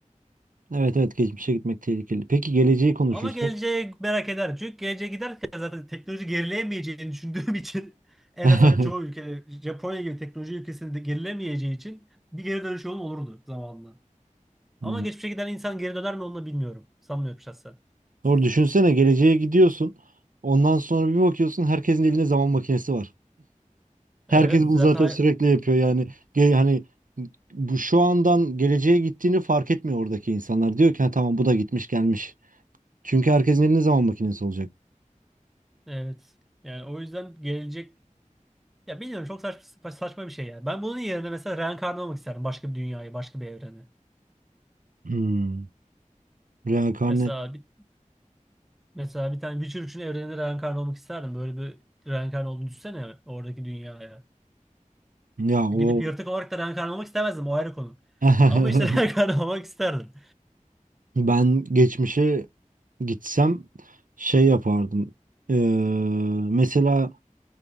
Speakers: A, on the right; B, in the centre.
A: Evet evet geçmişe gitmek tehlikeli. Peki geleceği konuşursak.
B: Ama geleceğe merak eder. Çünkü geleceğe giderken zaten teknoloji gerileyemeyeceğini düşündüğüm için <laughs> en
A: <laughs>
B: azından çoğu ülke Japonya gibi teknoloji ülkesinde de gerilemeyeceği için bir geri dönüş yolun olurdu zamanında.
A: Hmm.
B: Ama geçmişe giden insan geri döner mi onu da bilmiyorum. Sanmıyorum şahsen.
A: Doğru düşünsene geleceğe gidiyorsun. Ondan sonra bir bakıyorsun herkesin elinde zaman makinesi var. Herkes
B: Evet
A: bunu
B: zaten
A: zaten sürekli yapıyor yani. Ge- hani bu şu andan geleceğe gittiğini fark etmiyor oradaki insanlar. Diyor ki "Ha, tamam bu da gitmiş gelmiş. Çünkü herkesin elinde zaman makinesi olacak.
B: Evet. Yani o yüzden gelecek ya bilmiyorum çok saçma, saçma bir şey yani. Ben bunun yerine mesela reenkarnı olmak isterdim başka bir dünyayı, başka bir evreni.
A: Hmm. Reenkarne
B: Mesela bir mesela bir tane Witcher 3'ün evreninde reenkarnı olmak isterdim. Böyle bir reenkarnı olduğunu düşünsene oradaki dünyaya.
A: ya o
B: Gidip yırtık olarak da reenkarnı olmak istemezdim o ayrı konu.
A: <laughs>
B: Ama işte <laughs> reenkarnı olmak isterdim.
A: ben geçmişe gitsem şey yapardım. Ee, mesela